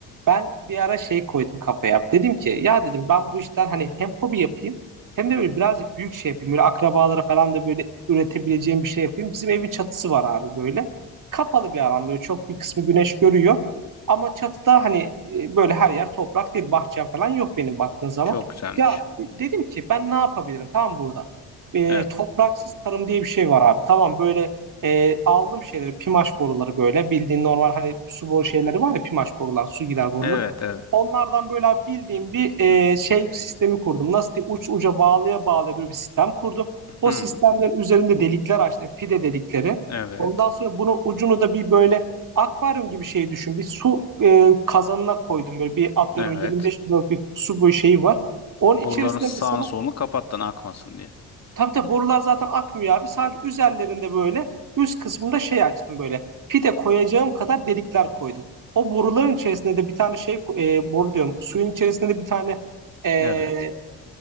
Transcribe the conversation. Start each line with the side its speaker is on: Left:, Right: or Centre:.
Right: Ben bir ara şey koydum kafaya. Dedim ki ya dedim ben bu işten hani hem hobi yapayım hem de böyle birazcık büyük şey yapayım. Böyle akrabalara falan da böyle üretebileceğim bir şey yapayım. Bizim evin çatısı var abi böyle. Kapalı bir alan böyle çok bir kısmı güneş görüyor. Ama çatıda hani e, böyle her yer toprak değil bahçem falan yok benim baktığın zaman.
Left: Çok güzelmiş.
Right: Ya de- dedim ki ben ne yapabilirim tam burada. E,
Left: Evet.
Right: topraksız tarım diye bir şey var abi. Tamam böyle e, aldım şeyleri pimaş boruları böyle bildiğin normal hani su boru şeyleri var ya pimaş borular su gider boruları.
Left: Evet, evet.
Right: Onlardan böyle abi bildiğim bir e,
Left: Hı,
Right: şey sistemi kurdum. Nasıl diyeyim uç uca bağlaya bağlaya böyle bir sistem kurdum. O
Left: hı,
Right: sistemlerin üzerinde delikler açtım fide delikleri.
Left: evet.
Right: Ondan sonra bunun ucunu da bir böyle akvaryum gibi şey düşün. Bir su e, kazanına koydum böyle bir atıyorum
Left: Evet.
Right: 25 kiloluk bir su boyu şeyi var. Onun içerisinde
Left: Boruların sağını
Right: mesela
Left: solunu kapattın akmasın diye.
Right: Tabii tabii borular zaten akmıyor abi. Sadece üzerlerinde böyle üst kısmında şey açtım böyle. Fide koyacağım kadar delikler koydum. O boruların içerisinde de bir tane şey ko- e, boru diyorum. Suyun içerisinde de bir tane e,
Left: Evet.